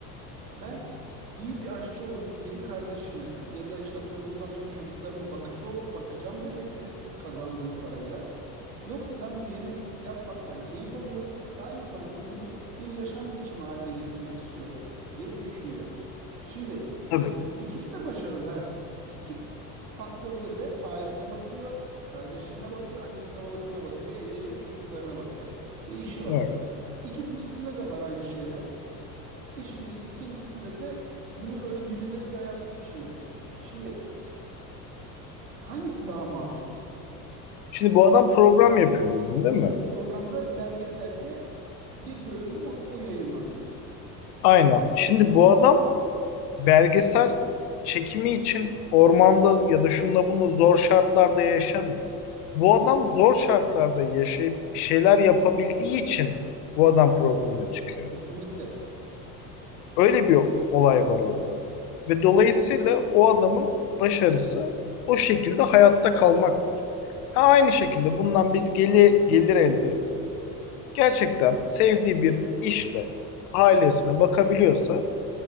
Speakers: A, on the right (about 80°); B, on the left (about 70°).
A: Ben iyi bir aşçı olup yedi kardeşime ya da işte atıyorum bundan sonra çocuklarıma bakıcı ol, bakacağım demek mi kazandığım parayla? Yoksa ben bu yemek yapmaktan keyif alıyorum ve aynı zamanda bunu bir yaşam biçimi haline getirmek istiyorum diye düşünüyor. Şimdi
B: Tabii.
A: ik- ikisi de başarılı. ha. İki faktörde de ailesine bakıyor, kardeşlerine bakıyor, annesine babasına bakıyor, evleniyor, çocuklarına bakıyor ve işi var.
B: Evet.
A: İkincisinde de var aynı şeyler. İşin, ikincisinde de bunu böyle birileri dayattığı için yapıyor. Şimdi hangisi daha masum?
B: Şimdi bu adam program yapıyor dedin değil mi?
A: Programda belgeselde bir bölümde o, o yayınlandı.
B: Aynen. Şimdi bu adam belgesel çekimi için ormanda ya da şunda bunda zor şartlarda yaşamıyor. Bu adam zor şartlarda yaşayıp bir şeyler yapabildiği için bu adam programa çıkıyor.
A: Kesinlikle.
B: Öyle bir olay var orada. Ve dolayısıyla o adamın başarısı o şekilde hayatta kalmaktır. Ha, aynı şekilde bundan bir geli, gelir elde ettim. Gerçekten sevdiği bir işle ailesine bakabiliyorsa